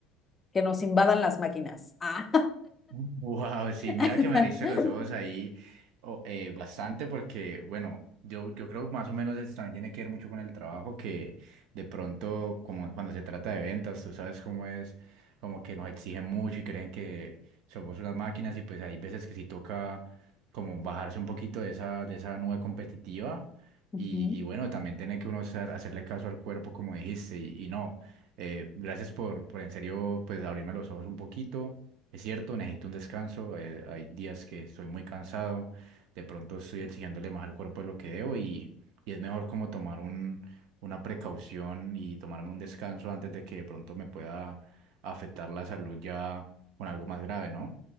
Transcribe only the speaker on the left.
que nos invadan las máquinas. Ah.
<laughs>
Ujú.